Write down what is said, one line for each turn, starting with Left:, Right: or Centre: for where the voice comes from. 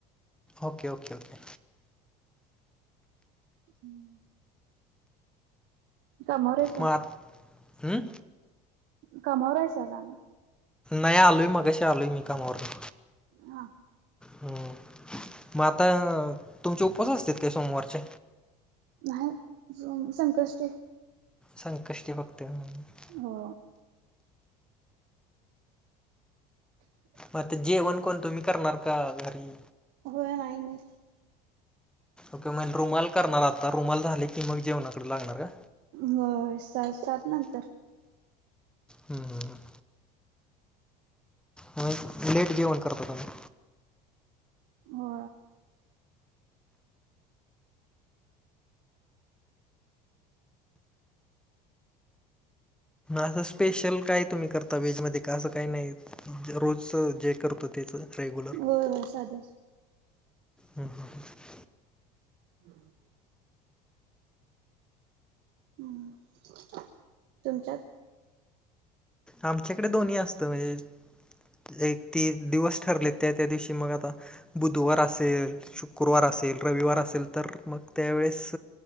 Centre: ओके ओके ओके
Right: हम्म कामावर आहेसा
Centre: म आत हम्म
Right: कामावर आहे अग आम्ही.
Centre: नाही आलोय मगाशी आलोय मी कामावरून.
Right: हा
Centre: हम् मग आता तुमचे उपवास असत काय सोमवारचे?
Right: नाही संकष्टी.
Centre: संकष्टी भक्त म्ह.
Right: हो
Centre: मग जेवण कोण तुम्ही करणार का घरी?
Right: हो आई मी
Centre: ओके म्ह रुमाल करणार आता रुमाल झाले की मग जेवणाकडे लागणार का.
Right: हो स सात नंतर.
Centre: हम्म हम्म मग लेट जेवन करता आम्ही.
Right: हो
Centre: असं स्पेशल काय तुम्ही करता व्हेजमध्ये का असं काही नाही रोज जे कर तर तेचं रेग्युलर.
Right: हो साधाच.
Centre: हम हम ह
Right: हम् ह् तुमच्यात?
Centre: आमच्याकडे दोन्ही असतं म्हणजे एक ती दिवस ठरले त्या त्या दिवशी मग आता. बुधवार असेल शुक्रवार असेल रविवार असेल तर मग त्यावेेळेस